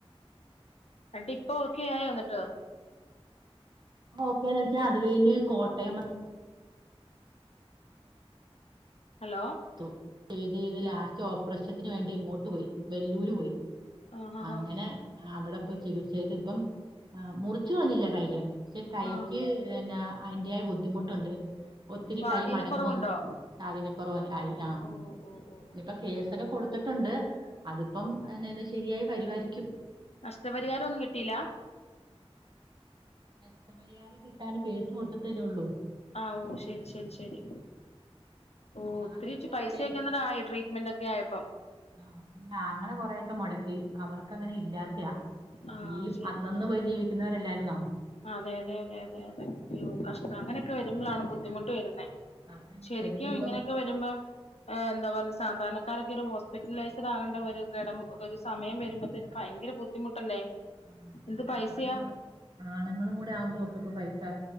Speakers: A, on the left; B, on the right.
A: എന്നിട്ടിപ്പോ ഓക്കെയായോ എന്നിട്ട്.
B: ഓക്കേന്നുവെച്ചാലതുകഴിഞ്ഞ്, കോട്ടയംമെ
A: ഹലോ
B: തൊട്ടിലിലാ, ലാസ്റ്റ്ഓപ്പറേഷത്തിനു വേണ്ടിയിങ്ങോട്ടുപോയി. വെല്ലൂര് പോയി.
A: ആഹ് ആഹ്
B: അങ്ങനെ അവിടെ പോയി ചികിത്സ ചെയ്ത് ഇപ്പം മുറിച്ചു തന്നില്ലേ കൈ പക്ഷെ കൈക്
A: ആഹ്
B: എന്ന അതിന്റെതായ ബുദ്ധിമുട്ടൊണ്ട് ഒത്തിരി
A: സ്വാധീനക്കുറവുണ്ടോ
B: കൈ മടങ്ങും സ്വാധീനക്കുറവ് ആയി ആഹ്
A: ഓഹ് ഓഹ് ഓഹ്
B: ഇനിപ്പ കേസൊക്കെ കൊടുത്ത് ത്തിട്ടുണ്ട് അതിപ്പം ഇതിനി ശരിയായി വരുവാരിക്കും
A: നഷ്ടപരിഹാരം ഒന്നും കിട്ടില്ല
B: നഷ്ടപരിഹാരം കിട്ടൻ കേസ് കൊടുത്തിട്ടല്ലേയുള്ളൂ
A: ആഹ് ഓ ശരി ശരി ശരി ഓ ഒത്തിരി
B: ആദ്യൊക്കെ
A: പൈസയൊക്കെ
B: അല്ലേ
A: ആയോ അന്നേരം ട്രീറ്റ്മെന്റോക്കെ ആയപ്പം
B: ആഹ് പിന്നെ ആങ്ങള കൊറെയൊക്കെ മുടക്കി അവർക് അങ്ങനെ ഇല്ലാത്തയാ
A: ആഹ്
B: ഈ
A: ശരി
B: അന്നെന്നു പോയി ജീവിക്കുന്നവരല്ലായിരുന്നോ
A: അതെ അതെ അതെ അതെ അതെ അയ്യോ കഷ്ടം
B: അപ്പൊ
A: അങ്ങനെയൊക്കെ വരുമ്പോഴാണ് ബുദ്ധിമുട്ട് വരുന്നെ
B: അപ്പൊ
A: ശരിക്കും
B: എടുത്ത് ഇപ്പം
A: ഇങ്ങനെയൊക്കെ വരുമ്പോ എന്താ പറ സാധാരണക്കാരൊക്കെ ഒരു ഹോസ്പിറ്റലൈസ്ഡ് ആകേണ്ട ഒരുഘടം ഒരു സമയം വരുമ്പോഴത്തേന് ഭയങ്കര ബുദ്ധിമുട്ടല്ലേ
B: <inaudible>
A: എന്ത് പൈസയാ
B: ആണുങ്ങളും ആഹ് ആണുങ്ങൾ കൂടെ ആവുബോ ഓർക്കൊക്കെ പൈസ